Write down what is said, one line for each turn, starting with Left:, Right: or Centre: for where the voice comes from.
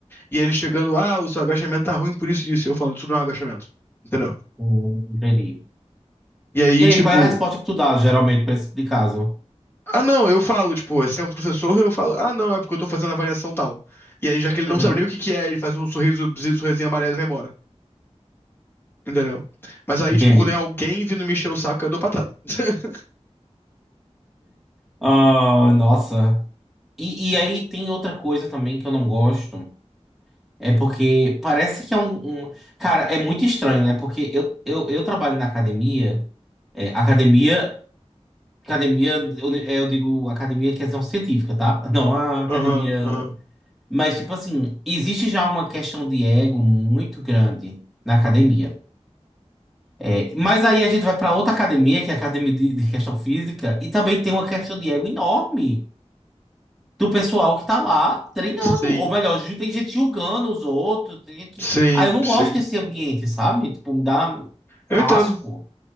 Left: E ele chegando, ah, o seu agachamento tá ruim por isso e isso. E eu falando, isso não é um agachamento. Entendeu?
Centre: Hum, entendi.
Left: E aí,
Centre: E aí,
Left: tipo,
Centre: qual é a resposta que tu dá geralmente pra esse tipo de caso?
Left: ah, não, eu falo, tipo, se é um professor, eu falo, ah, não, é porque eu tô fazendo a variação tal. E aí, já que ele não
Centre: Uhum.
Left: sabe nem o que que é, ele faz um sorriso, sorrisinho amarelo e vai embora. Entendeu? Mas aí,
Centre: Entendi.
Left: tipo, quando é alguém vindo me encher o saco, eu dou patada. <laughs>
Centre: Ah, nossa. E, e aí tem outra coisa também que eu não gosto. É porque parece que é um, um- Cara, é muito estranho, né? Porque eu, eu, eu trabalho na academia. É, academia Academia, eu é, eu digo academia questão científica, tá? Não a academia.
Left: Aham, aham.
Centre: Mas, tipo assim, existe já uma questão de ego muito grande na academia. É, mas aí a gente vai pra outra academia, que é a academia de, de questão física, e também tem uma questão de ego enorme do pessoal que tá lá treinando.
Left: Sim,
Centre: Ou melhor, ju- tem gente julgando os outros. Tem gente
Left: Sim,
Centre: que... Ah, eu não
Left: sim.
Centre: gosto desse ambiente, sabe? Tipo, me dá
Left: Eu
Centre: asco.
Left: entendo.